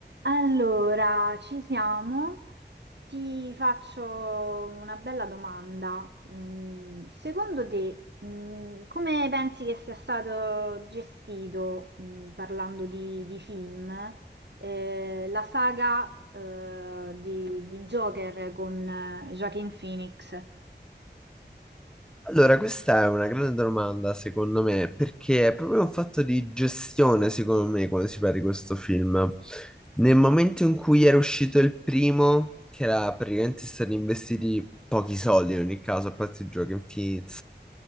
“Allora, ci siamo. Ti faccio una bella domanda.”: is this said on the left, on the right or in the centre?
Right